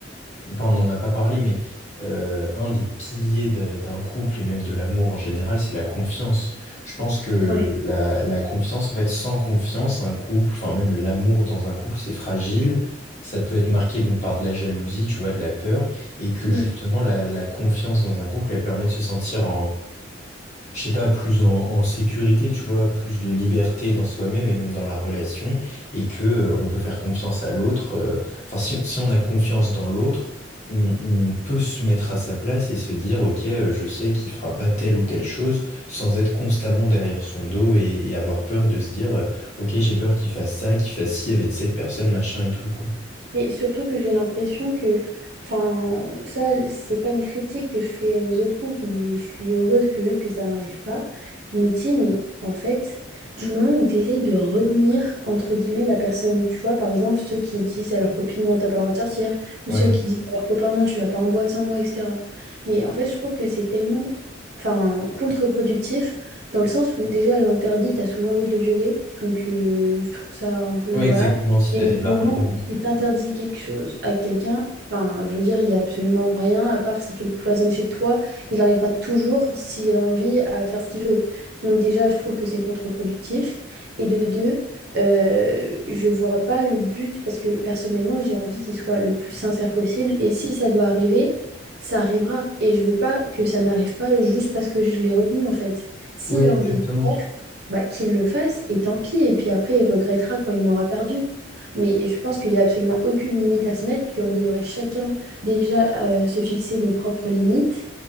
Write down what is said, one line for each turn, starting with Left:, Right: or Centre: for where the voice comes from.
Left: enfin, on n'en a pas parlé, mais euh, un des piliers de- d'un couple et même de l'amour en général, c'est la confiance. Je pense que
Right: Ouais.
Left: la, la confiance, en fait, sans confiance, un couple, enfin même l'amour dans un couple, c'est fragile. Ça peut être marqué donc par de la jalousie, tu vois, de la peur, et que
Right: Mm.
Left: justement la, la confiance dans un couple, elle permet de se sentir je sais pas, plus en, en sécurité, tu vois, plus de liberté dans soi-même et même dans la relation, et que euh, on peut faire confiance à l'autre. euh, Enfin, si, si on a confiance dans l'autre, on, on peut se mettre à sa place et se dire, ok, euh, je sais qu'il fera pas telle ou telle chose, sans être constamment derrière son dos et, et avoir peur de se dire, euh, ok, j'ai peur qu'il fasse ça, qu'il fasse ci avec cette personne, machin et tout, quoi.
Right: Mais surtout que j'ai l'impression que, enfin, ça, c'est pas une critique que je fais aux autres couples, mais je suis heureuse que juste que ça m'arrive pas. Je me dis, mais en fait, du moment où tu essayes de retenir, entre guillemets, la personne, tu vois, par exemple, ceux qui disent à leur copine, non, t'as pas le droit de sortir, ou
Left: Ouais,
Right: ceux qui disent à leur copain, non, tu vas pas en boîte sans moi, etc. Mais en fait, je trouve que c'est tellement, enfin, contre-productif, dans le sens où déjà l'interdit, t'as souvent envie de le violer, donc euh, je trouve ça un peu,
Left: ouais,
Right: voilà.
Left: exactement, si
Right: Et
Left: t'as des
Right: du
Left: barrières.
Right: moment où tu t'interdis quelque chose à quelqu'un, enfin, je veux dire, il n'y a absolument rien, à part si tu le cloisonnes chez toi, il arrivera toujours, s'il a envie, à faire ce qu'il veut. Donc déjà, je trouve que c'est contre-productif. Et de deux, euh, je vois pas le but, parce que personnellement, j'ai envie qu'il soit le plus sincère possible. Et si ça doit arriver, ça arrivera. Et je veux pas que ça n'arrive pas juste parce que je l'ai retenu, en fait. S'il
Left: Ouais, exactement.
Right: a envie de le faire, bah, qu'il le fasse, et tant pis. Et puis après, il regrettera quand il m'aura perdu. Mais je pense qu'il n'y a absolument aucune limite à se mettre, qu'on devrait chacun déjà euh, se fixer nos propres limites.